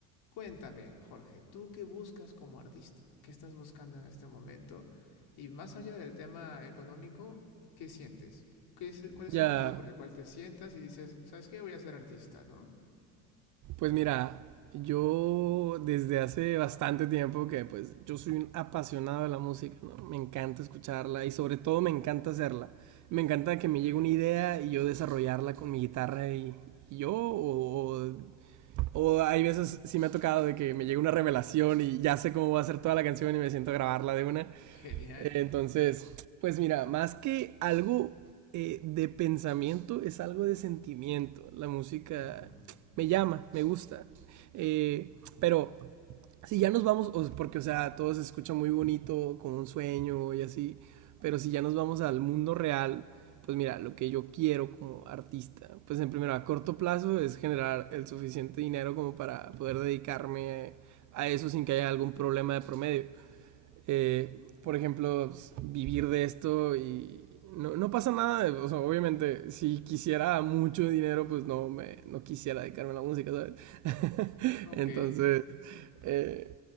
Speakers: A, on the left; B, on the right.
A: cuéntame, Jorge, ¿tú qué buscas como artista? ¿Qué estás buscando en este momento? Y más allá del tema económico, ¿qué sientes? ¿Qué es el- ¿Cuál es
B: Ya,
A: el motivo por el cual te sientas y dices, ¿sabes qué? Voy a ser artista, ¿no?
B: pues
A: Cuéntame.
B: mira, yo desde hace bastante tiempo que pues yo soy un apasionado de la música, ¿no? Me encanta escucharla y sobre todo me encanta hacerla. Me encanta que me llegue
A: Ok,
B: una idea y yo desarrollarla con mi guitarra y, y yo o, o O hay veces sí me ha tocado de que me llega una revelación y ya sé cómo va a ser toda la canción y me siento a grabarla de una.
A: genial.
B: Entonces, pues mira, más que algo eh, de pensamiento, es algo de sentimiento. La música
A: Ujú.
B: me llama, me gusta. Eh, pero si ya nos vamos, o- porque o sea, todo se escucha muy bonito, como un sueño y así, pero si ya nos vamos al mundo real, pues mira, lo que yo quiero como artista, pues en primero a corto plazo es generar el suficiente dinero como para poder dedicarme a eso sin que haya algún problema de promedio eh, por ejemplo, vivir de esto y no, no pasa nada. O sea, obviamente, si quisiera mucho dinero, pues no, me, no quisiera dedicarme a la música, ¿sabes? <laughs>
A: Ok,
B: Entonces, eh,